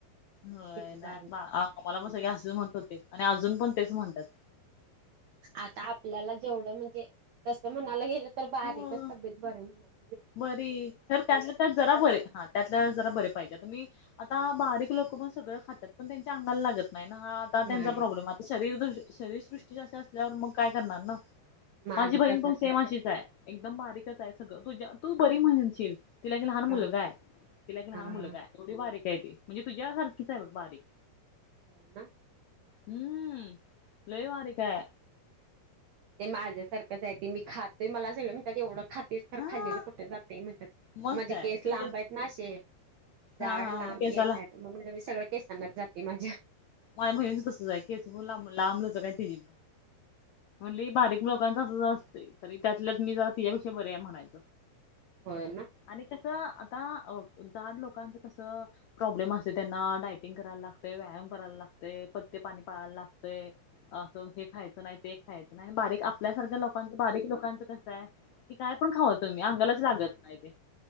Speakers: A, on the left; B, on the right.
A: होय
B: किती
A: नाही
B: बारीक
A: बा
B: आहेस असं.
A: मला पण सगळे असेच म्हणत होते आणि अजून पण तेच म्हणत्यात.
B: आता आपल्याला जेवढं म्हणजे तस म्हणायला गेलं तर बारीकच
A: हो
B: तब्येत बर म्हणाय
A: बरी तर त्यातल्या त्यात जरा बरी हा त्यातल्या त्यात जरा बरी पाहिजे तर मी आता बारीक लोकं पण सगळं खात्यात पण त्यांच्या अंगाला लागत नाही ना हा त्यांचा
B: माझ
A: प्रॉब्लेम आता शरीरदृ शरीरसृष्टीेच अशी असल्यावर मग काय करणार ना
B: माझ
A: माझी बहीण
B: तसच
A: पण सेम
B: आहे
A: अशीच हाय एकदम बारीकच हाय सगळं तुझ्या तू बरी म्हनशील तिला एक लहान
B: हा
A: मुलगाय तिला एक लहान
B: हा हा
A: मुलगाय एवढी बारीकाय ती म्हणजे तुझ्या सारखीच आहे बगं बारीक
B: हम्म
A: हम् लय बारीकाय
B: ते माझ्यासारखंचाय ते मी खातोय मला सगळी म्हणत्यात एवढं खात तीस तरं
A: हा
B: खाल्लेलं कुठं जातय म्हणत्यात
A: मग
B: माझे
A: काय
B: केस
A: ते
B: लांब
A: उलट
B: आहेत ना अशे जाड
A: हा हा
B: लांब
A: केसाला
B: केस हायत मग म्हणलं मी सगळ केसांनाच जातंय माझ्या
A: माया भहिनीच बी तसंच हाय केसं लांब लचक हायत तिजी लय बारीक लोक तसच असतय. तरी त्यातल्या त्यात मी जरा तिच्यापेक्षा बरी हाय म्हणायच.
B: होय ना
A: आणि कस आता अ जाड लोकांच कस प्रॉब्लेम असतय त्यांना. डायटिंग करायला लागतय. व्यायाम करायला लागतय‌ पत्य पाणी पाळायला लागतय. अस हे खायच नाही ते एक खायच नाही. आणि बारीक आपल्यासारख्या लोकांच बारीक लोकांच कस आहे की काय पण खावा तुम्ही, अंगालाच लागत नाही ते.